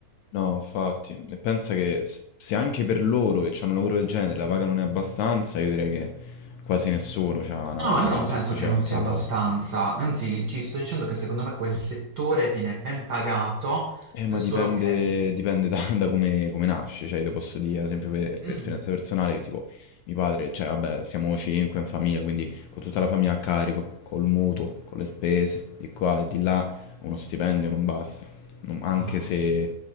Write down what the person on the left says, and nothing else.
No, infatti, e pensa che s- se anche per loro che hanno un lavoro del genere la paga non è abbastanza, io direi che quasi nessuno ha una
paga
sufficiente
allora.
Eh, ma
dipende
dipende da <laughs> da come come nasce, cioè io te posso dire ad esempio per per
esperienza personale che tipo mio padre cioè vabbè siamo 5 in famiglia, quindi con tutta la famiglia a carico, col mutuo, con le spese di qua e di là, uno stipendio non basta. Non anche
se,